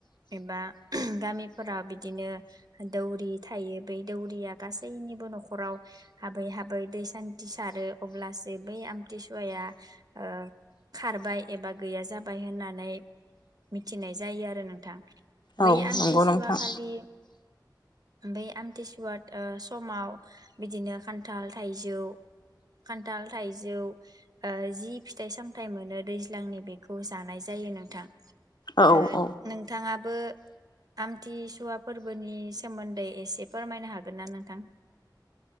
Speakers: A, on the right; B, on the left.
A: एबा गामिफोराव बिदिनो दौरि थायो बै दौरिया गासैनिबो न'खराव हाबै हाबै दै सान्थि सारो अब्लासो बै आमथिसुवाया ओ खारबाय एबा गैया जाबाय होननानै मिथिनाय जायो आरो नोंथां।
B: औ
A: बै आमथिसुवा
B: नंगौ नोंथां
A: खालि बै आमथिसुवा समाव बिदिनो खान्थाल थाइजौ खान्थाल थाइजौ ओ जि फिथाइ सामथाइ मोनो दैज्लांनि बेखौ जानाय जायो नोंथां।
B: औ
A: ओ
B: औ
A: नोंथांङाबो आमथि सुवा फोर्बोनि सोमोन्दै एसे फोरमायनो हागोन ना नोंथां?